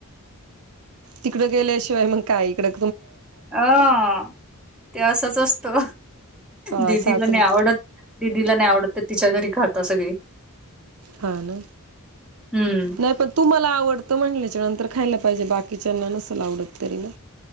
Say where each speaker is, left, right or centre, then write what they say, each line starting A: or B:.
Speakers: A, on the right; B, in the centre.
A: तिकडे गेले ग कायकडे
B: अ ते असच असतो
A: हा
B: दिदीला
A: सासरी
B: नाही आवडत दिदीला नाही आवडत तिच्या घरी खातो सगळे.
A: हा ना
B: हम्म.
A: नाही पण तू मला आवडत म्हटल्या नंतर खायला पाहिजे बाकीचे त्यांना नसंल आवडत. तरी ना